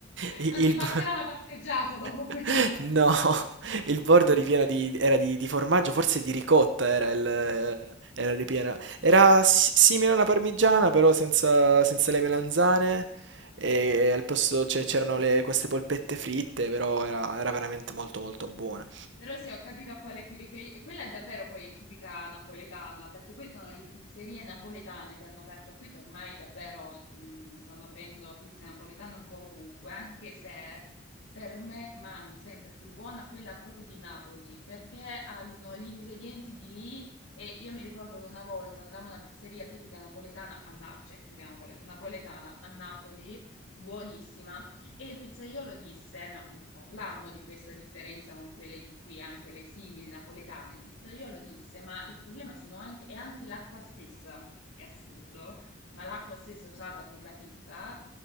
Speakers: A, on the right (about 60°); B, on the left (about 75°).
A: il...
B: Non ti passerà
A: bo-
B: una passeggiata dopo
A: <laughs>
B: quella.
A: No, il bordo ripieno di, era di, di formaggio, forse di ricotta era il, era ripiena. Era si- simile a una parmigiana, però senza, senza le melanzane. E al posto c'è- c'erano le- queste polpette fritte, però era, era veramente molto molto buona.
B: Però se ho capito a quale ti riferisci, quella è davvero poi è tipica napoletana, perché poi sono le pizzerie napoletane che hanno aperto qui, che ormai davvero mh, stanno aprendo pizze napoletane un po' ovunque, anche se per me rimane sempre più buona quella proprio di Napoli, perché hanno gli ingredienti di lì e io mi ricordo che una volta andavo a una pizzeria tipica napoletana a Napoli, cioè tipica napole- napoletana a Napoli, buonissima e il pizzaiolo disse, no, appunto parlammo di questa differenza con quelle di qui, anche le simili napoletane, il pizzaiolo disse, ma il problema sono anche, è anche l'acqua stessa, è assurdo, ma l'acqua stessa usata per la pizza